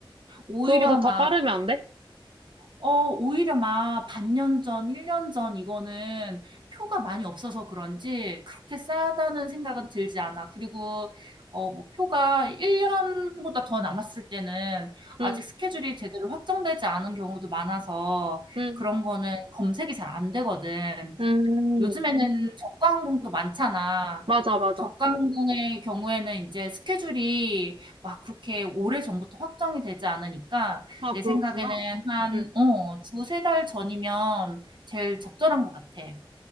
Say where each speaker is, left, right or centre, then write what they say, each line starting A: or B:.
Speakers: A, on the right; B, on the right.
A: 오히려
B: 그거보다 더
A: 막
B: 빠르면 안 돼?
A: 어, 오히려 막 반년 전, 1년 전 이거는 표가 많이 없어서 그런지 그렇게 싸다는 생각은 들지 않아. 그리고 어, 뭐 표가 1년보다 더 남았을 때는 아직
B: 응,
A: 스케줄이 제대로 확정되지 않은 경우도 많아서
B: 응,
A: 그런 거는 검색이 잘 안 되거든.
B: 음.
A: 요즘에는 저가 항공도 많잖아.
B: 맞아, 맞아.
A: 저가 항공의 경우에는 이제 스케줄이 막 그렇게 오래전부터 확정이 되지 않으니까
B: 아,
A: 내
B: 그렇구나.
A: 생각에는 한,
B: 응,
A: 어, 두세 달 전이면 제일 적절한 것 같아.